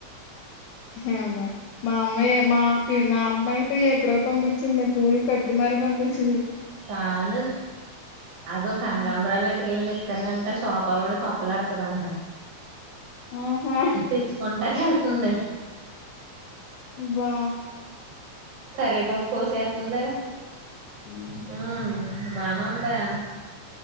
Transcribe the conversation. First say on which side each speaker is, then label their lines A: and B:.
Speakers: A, on the left; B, on the right.
A: ఏమో మరి మా అమ్మాయి మా పి నన్నమై అయిడో ఎప్పుడో పంపించింది పూలు కట్టి మరీ పంపించి
B: కాదు అగో కనకబరాలు
A: హ్మ్.
B: అట్టుకెళ్లి ఇత్తనంట షాప పడి పప్పులాడుతుదంట
A: ఆహా
B: తెచ్చుకుంటాక వెళ్తు ఉంది
A: <unintelligible>
B: కారేపాకు కోసెతుందే
A: హ <inaudible>
B: హ్మ్ బానందా